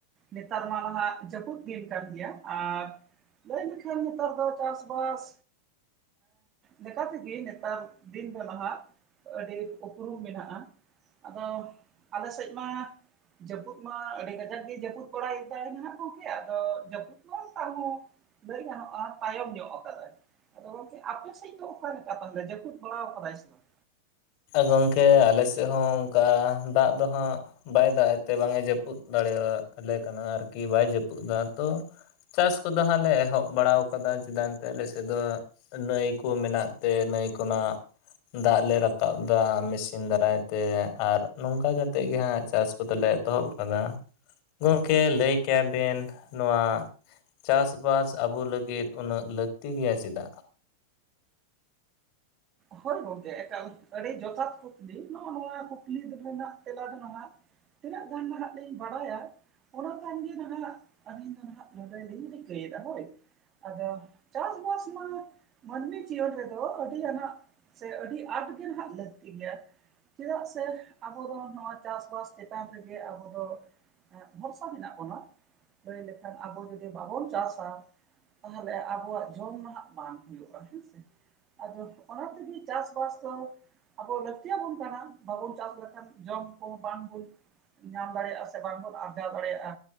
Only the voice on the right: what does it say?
ᱱᱮᱛᱟᱨ ᱢᱟ ᱱᱟᱦᱟᱜ ᱡᱟᱹᱯᱩᱫ ᱫᱤᱱ ᱠᱟᱱ ᱜᱮᱭᱟ ᱟᱨ ᱞᱟᱹᱭ ᱞᱮᱠᱷᱟᱱ ᱱᱮᱛᱟᱨ ᱫᱚ ᱪᱟᱥᱵᱟᱥ ᱞᱮᱠᱟ ᱛᱮᱜᱮ ᱱᱮᱛᱟᱨ ᱫᱤᱱ ᱫᱚ ᱱᱟᱦᱟᱸᱜ ᱟᱹᱰᱤ ᱩᱯᱨᱩᱢ ᱢᱮᱱᱟᱜᱼᱟ ᱟᱫᱚ ᱟᱞᱮ ᱥᱮᱡ ᱢᱟ ᱡᱟᱹᱯᱩᱫ ᱢᱟ ᱟᱹᱰᱤ ᱠᱟᱡᱟᱠ ᱜᱮ ᱡᱟᱹᱯᱩᱫ ᱵᱟᱲᱟᱭᱮᱫᱟᱭ ᱱᱟᱦᱟᱸᱜ ᱜᱚᱝᱠᱮ ᱟᱫᱚ ᱡᱟᱹᱯᱩᱫ ᱢᱟᱦᱟ ᱛᱚ ᱟᱫᱚ ᱞᱟᱹᱭ ᱜᱟᱱᱚᱜ-ᱟ ᱛᱟᱭᱚᱢ ᱧᱚᱜ ᱟᱠᱟᱫᱟᱭ ᱟᱫᱚ ᱜᱚᱝᱠᱮ ᱟᱯᱮ ᱥᱮᱫ ᱫᱚ ᱚᱠᱟ ᱞᱮᱠᱟ ᱛᱟᱦᱚᱞᱮ ᱡᱟᱹᱯᱩᱫ ᱵᱟᱲᱟᱣᱟᱠᱟᱫᱟᱭ ᱥᱮ ᱵᱟᱝ
ᱦᱚᱭ ᱜᱚᱝᱠᱮ ᱮᱠᱟᱞ ᱟᱹᱰᱤ ᱡᱚᱛᱷᱟᱛ ᱠᱩᱠᱞᱤ ᱱᱚᱜᱼᱚ ᱱᱚᱶᱟ ᱠᱩᱠᱞᱤ ᱨᱮᱱᱟᱜ ᱛᱮᱞᱟ ᱫᱚ ᱱᱚᱶᱟ᱾ ᱛᱤᱱᱟᱹᱜ ᱜᱟᱱ ᱱᱟᱦᱟᱜ ᱞᱤᱧ ᱵᱟᱲᱟᱭᱟ᱾ ᱚᱱᱟ ᱠᱷᱚᱱ ᱜᱮ ᱱᱟᱦᱟᱜ ᱟᱹᱞᱤᱧ ᱫᱚ ᱱᱟᱦᱟᱜ ᱞᱟᱹᱞᱟᱹᱭ ᱞᱤᱧ ᱨᱤᱠᱟᱹᱭᱮᱫᱟ ᱦᱚᱭ ᱟᱫᱚ ᱪᱟᱥᱵᱟᱥ ᱢᱟ ᱢᱟᱹᱱᱢᱤ ᱡᱤᱭᱚᱱ ᱨᱮᱫᱚ ᱟᱹᱰᱤ ᱟᱱᱟᱜ ᱥᱮ ᱟᱹᱰᱤ ᱟᱸᱴ ᱜᱮ ᱱᱟᱦᱟᱜ ᱞᱟᱹᱠᱛᱤ ᱜᱮᱭᱟ᱾ ᱪᱮᱫᱟᱜ ᱥᱮ ᱟᱵᱚ ᱫᱚ ᱱᱚᱶᱟ ᱪᱟᱥᱵᱟᱥ ᱪᱮᱛᱟᱱ ᱨᱮᱜᱮ ᱟᱵᱚ ᱫᱚ ᱦᱮᱸ ᱵᱷᱚᱨᱥᱟ ᱢᱮᱱᱟᱜ ᱵᱚᱱᱟ ᱞᱟᱹᱭ ᱞᱮᱠᱷᱟᱱ ᱟᱵᱚ ᱡᱩᱫᱤ ᱵᱟᱵᱚᱱ ᱪᱟᱥᱟ ᱛᱟᱦᱞᱮ ᱟᱵᱚᱣᱟᱜ ᱡᱚᱢ ᱱᱟᱦᱟᱜ ᱵᱟᱝ ᱦᱩᱭᱩᱜᱼᱟ ᱦᱮᱸ ᱥᱮ ᱟᱫᱚ ᱚᱱᱟ ᱛᱤᱜᱤ ᱪᱟᱥᱵᱟᱥ ᱫᱚ ᱟᱵᱚ ᱞᱟᱹᱠᱛᱤ ᱭᱟᱵᱚᱱ ᱠᱟᱱᱟ ᱵᱟᱵᱚᱱ ᱪᱟᱥ ᱞᱮᱠᱷᱟᱱ ᱡᱚᱢ ᱠᱚ ᱵᱟᱝᱵᱚᱱ ᱧᱟᱢ ᱫᱟᱲᱮᱭᱟᱜᱼᱟ ᱥᱮ ᱵᱟᱝᱵᱚᱱ ᱟᱨᱡᱟᱣ ᱫᱟᱲᱮᱭᱟᱜᱼᱟ